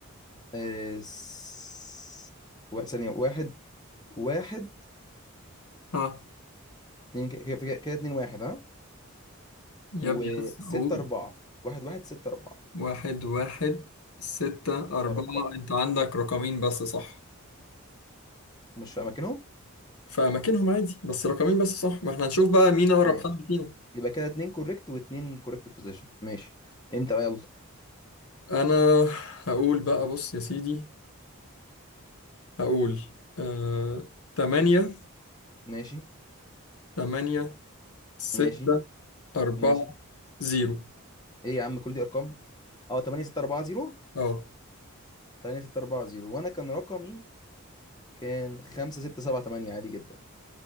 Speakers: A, on the left (about 15°); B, on the left (about 80°).
A: آه... س... و- ثانيه واحد واحد
B: ها
A: اتنين ك- ك- كده كده اتنين واحد ها
B: يا
A: وستة
B: ابني بس اقول
A: أربعة واحد واحد ستة أربعة
B: واحد واحد ستة أربعة
A: ستة أربعة
B: أنت عندك رقمين بس صح
A: مش في أماكنهم
B: في اماكنهم عادي بس رقمين بس صح ما احنا هنشوف بقى مين اقرب
A: ماشي
B: حد فينا
A: يبقى كده اتنين كوريكت واتنين كوريكت بوزيشن ماشي انت بقى يلا
B: انا هقول بقى بص يا سيدي هقول آه... 8
A: ماشي
B: 8 6
A: ماشي
B: 4
A: ماشي
B: 0
A: ايه يا عم كل دي ارقام اه 8 6 4 0
B: اه
A: 8 6 4 0 وانا كان رقمي كان 5 6 7 8 عادي جدا